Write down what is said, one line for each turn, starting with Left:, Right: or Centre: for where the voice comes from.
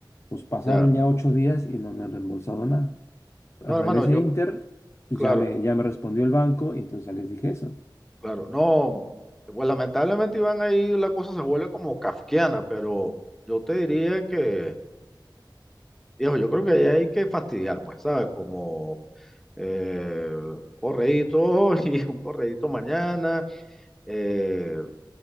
Left: Pues pasaron
Centre: ya.
Left: ya ocho días y no me han reembolsado nada. O
Centre: No,
Left: sea,
Centre: hermano,
Left: en ese
Centre: yo,
Left: inter, pues
Centre: claro,
Left: ya me, ya me respondió el banco y entonces ya les dije eso.
Centre: claro. No, pues lamentablemente, Iván, ahí la cosa se vuelve como kafkiana, pero yo te diría que, viejo, yo creo que ahí hay que fastidiar, pues, ¿sabes? Como eh, un correíto <laughs> y un correíto mañana, Eh,